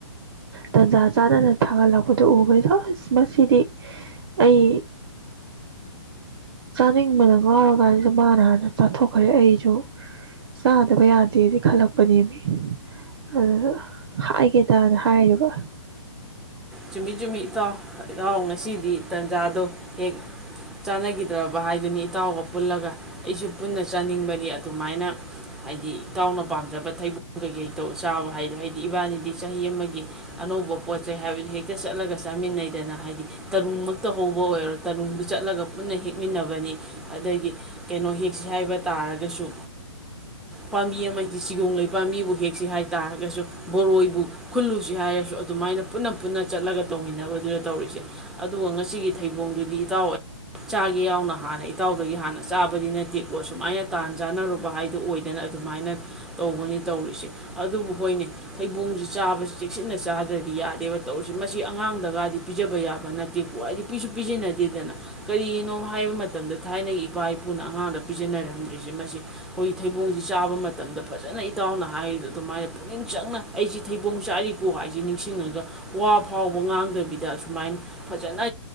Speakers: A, on the right (about 50°); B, in the centre.
A: ꯇꯟꯖꯥ ꯆꯥꯅꯅ ꯊꯥꯒꯠꯂꯛꯄꯗꯣ ꯎꯕꯅꯤꯗ ꯑꯁ ꯃꯁꯤꯗꯤ ꯑꯩ ꯆꯥꯅꯤꯡꯕꯗ ꯉꯥꯎꯔꯀꯥꯟꯗꯁꯨ ꯃꯥꯅ ꯍꯥꯟꯅ ꯆꯥꯊꯣꯛꯈ꯭ꯔꯦ ꯑꯩꯁꯨ ꯆꯥꯗꯕ ꯌꯥꯗꯦꯗꯤ ꯈꯜꯂꯛꯄꯅꯦꯃꯤ ꯑ ꯍꯥꯏꯒꯦꯗꯅ ꯍꯥꯏꯔꯤꯕ
B: ꯆꯨꯝꯃꯤꯠ ꯆꯨꯝꯃꯤꯠ ꯏꯇꯥꯎ ꯏꯇꯥꯎ ꯉꯁꯤꯗꯤ ꯇꯟꯖꯥꯗꯣ ꯍꯦꯛ ꯆꯥꯅꯈꯤꯗ꯭ꯔꯕ ꯍꯥꯏꯗꯨꯅꯤ ꯏꯇꯥꯎꯒ ꯄꯨꯜꯂꯒ ꯑꯩꯁꯨ ꯄꯨꯟꯅ ꯆꯥꯅꯤꯡꯕꯗꯤ ꯑꯗꯨꯃꯥꯏꯅ ꯍꯥꯏꯗꯤ ꯏꯇꯥꯎꯅ ꯄꯥꯝꯖꯕ ꯊꯩꯕꯜ ꯀꯩꯀꯩ ꯇꯧ ꯆꯥꯕ ꯍꯥꯏꯗ ꯍꯥꯏꯗꯤ ꯏꯕꯥꯅꯤꯗꯤ ꯆꯍꯤ ꯑꯃꯒꯤ ꯑꯅꯧꯕ ꯄꯣꯠ ꯆꯩ ꯍꯥꯏꯕꯗꯤ ꯍꯦꯛ ꯍꯦꯛꯇ ꯆꯠꯂꯒ ꯆꯥꯃꯤꯟꯅꯩꯗꯅ ꯍꯥꯏꯗꯤ ꯇꯔꯨꯡꯃꯛꯇ ꯍꯧꯕ ꯑꯣꯏꯔꯣ ꯇꯔꯨꯡꯕꯨ ꯆꯠꯂꯒ ꯄꯨꯟꯅ ꯍꯦꯛꯃꯤꯟꯅꯕꯅꯤ ꯑꯗꯒꯤ ꯀꯩꯅꯣ ꯍꯦꯛꯁꯤ ꯍꯥꯏꯕ ꯇꯥꯔꯒꯁꯨ ꯄꯥꯝꯕꯤ ꯑꯃ ꯍꯥꯏꯗꯤ ꯁꯤꯒꯣ ꯂꯩꯩ ꯄꯥꯝꯕꯤꯕꯨ ꯍꯦꯛꯁꯤ ꯍꯥꯏ ꯇꯥꯔꯒꯁꯨ ꯕꯣꯔꯣꯏꯕꯨ ꯈꯨꯜꯂꯨꯁꯤ ꯍꯥꯏꯔꯁꯨ ꯑꯗꯨꯃꯥꯏꯅ ꯄꯨꯟꯅ ꯄꯨꯟꯅ ꯆꯠꯂꯒ ꯇꯧꯃꯤꯟꯅꯕꯗꯨꯗ ꯇꯧꯔꯤꯁꯦ ꯑꯗꯨꯒ ꯉꯁꯤꯒꯤ ꯊꯩꯕꯣꯡꯗꯨꯗꯤ ꯏꯇꯥꯎ ꯑꯣꯏ ꯆꯥꯒꯦ ꯌꯥꯎꯅ ꯍꯥꯟꯅ ꯏꯇꯥꯎꯗꯒꯤ ꯍꯥꯟꯅ ꯆꯥꯕꯗꯤ ꯅꯠꯇꯦꯀꯣ ꯁꯨꯃꯥꯏꯅ ꯇꯥꯟ ꯆꯥꯅꯔꯨꯕ ꯍꯥꯏꯗꯨ ꯑꯣꯏꯗꯅ ꯑꯗꯨꯃꯥꯏꯅ ꯇꯧꯕꯅꯤ ꯇꯧꯔꯤꯁꯦ ꯑꯗꯨꯕꯨ ꯍꯣꯏꯅꯦ ꯊꯩꯕꯣꯡꯁꯤ ꯆꯥꯕꯁꯤ ꯆꯦꯛꯁꯤꯟꯅ ꯆꯥꯗ꯭ꯔꯗꯤ ꯌꯥꯗꯦꯕ ꯇꯧꯔꯤꯁꯤ ꯃꯁꯤ ꯑꯉꯥꯡꯗꯒꯗꯤ ꯄꯤꯖꯕ ꯌꯥꯕ ꯅꯠꯇꯦꯀ ꯍꯥꯏꯗꯤ ꯄꯤꯁꯨ ꯄꯤꯖꯟꯅꯗꯦꯗꯅ ꯀꯔꯤꯒꯤꯅꯣ ꯍꯥꯏꯕ ꯃꯇꯝꯗ ꯊꯥꯏꯅꯒꯤ ꯏꯄꯥ ꯏꯄꯨꯅ ꯑꯉꯥꯡꯗ ꯄꯤꯖꯟꯅꯔꯝꯗ꯭ꯔꯤꯁꯦ ꯃꯁꯤ ꯑꯩꯈꯣꯏꯒꯤ ꯊꯩꯕꯣꯡꯁꯤ ꯆꯥꯕ ꯃꯇꯝꯗ ꯐꯖꯅ ꯏꯇꯥꯎꯅ ꯍꯥꯏꯔꯤꯗ ꯑꯗꯨꯃꯥꯏꯅ ꯄꯨꯛꯅꯤꯡ ꯆꯪꯅ ꯑꯩꯁꯤ ꯊꯩꯕꯣꯡ ꯆꯥꯔꯤꯀꯣ ꯍꯥꯏꯁꯤ ꯅꯤꯡꯁꯤꯡꯉꯒ ꯋꯥ ꯐꯥꯎꯕ ꯉꯥꯡꯗꯕꯤꯗ ꯁꯁꯨꯃꯥꯏꯅ ꯐꯖꯅ